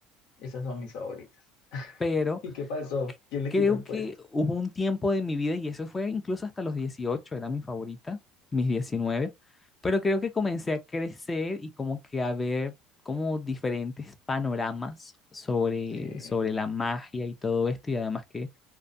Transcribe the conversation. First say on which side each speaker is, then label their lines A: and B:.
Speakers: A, on the left; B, on the left.
A: Esas son mis favoritas.
B: pero
A: ¿Y qué pasó? ¿Quién le
B: creo
A: quitó el
B: que
A: puesto?
B: hubo un tiempo de mi vida, y eso fue incluso hasta los 18 era mi favorita, mis 19, pero creo que comencé a crecer y como que a ver como diferentes panoramas sobre,
A: Sí,
B: sobre la magia y todo esto, y además que,